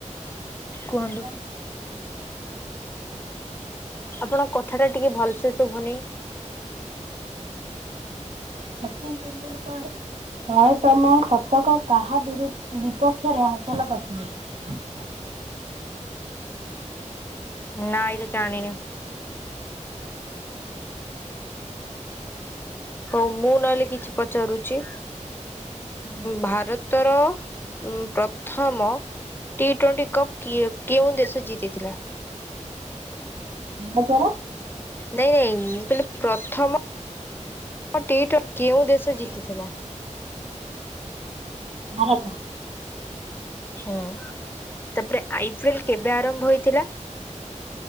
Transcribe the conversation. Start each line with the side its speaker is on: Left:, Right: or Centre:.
Left: କୁହନ୍ତୁ।
Right: <inaudible>
Left: ଆପଣଙ୍କ କଥା ଟା ଟିକେ ଭଲସେ ଶୁଭୁନି।
Right: ସଚିନ୍ ତେନ୍ଦୁଲ କର୍। ଶୟେ ତମ ଶତକ କାହା ବିରୁ ବିପକ୍ଷରେ ହାସଲ କରିଥିଲେ। <unintelligible>
Left: ନା ଏଇଟା ଜାଣିନି। ହଉ ମୁଁ ନହେଲେ କିଛି ପଚାରୁଛି।
Right: ହୁଁ।
Left: ଭାରତର ଉଁ ପ୍ରଥମ ଟି ଟ୍ୱେଣ୍ଟି କପ୍ କିଏ କେଉଁ ଦେଶ ଜିତିଥିଲା?
Right: ଭାରତ ର
Left: ନାଇଁ ନାଇଁ ମୁଁ କହିଲି ପ୍ରଥମ ମ ଟି ଟଣ୍ କେଉଁ ଦେଶ ଜିତିଥିଲା?
Right: ଭାରତ।
Left: ହୁଁ ତାପରେ ଆଇ ପିଏଲ କେବେ ଆରମ୍ଭ ହେଇଥିଲା?